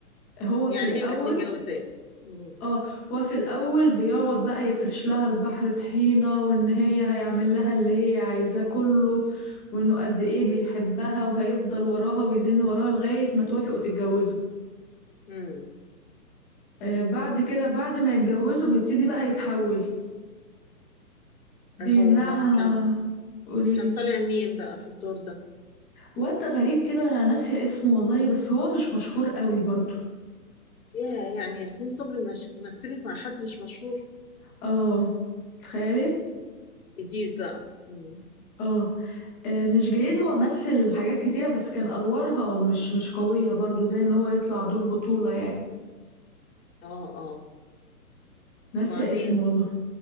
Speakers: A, in the centre; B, on the left.
A: هو
B: يعني
A: في الأول
B: هي كانت متجوزاه امم
A: اه هو في الأول بيقعد بقى يفرش لها البحر طحينة وإن هي هيعمل لها اللي هي عايزاه كله وإنه قد ايه
B: امم
A: بيحبها وهيفضل وراها ويزن وراها لغاية ما توافق وتتجوزه
B: امم
A: آه، بعد كده بعد ما يتجوزوا بيبتدي بقى يتحول بيمنعها
B: هو كان
A: قوليلي
B: كان طالع مين بقى في الدور ده
A: واد غريب كده انا ناسية اسمه والله بس هو مش مشهور قوي برضو
B: يا يعني ياسمين صبري مش... مثلت مع حد مش مشهور
A: اه تخيلي
B: جديد بقى امم
A: اه آه، مش جديد هو مثل حاجات كتيرة بس كان ادوارها مش مش قوية برضو زي ان هو يطلع دور بطولة يعني
B: اه اه
A: ناسية
B: وبعدين
A: اسمه والله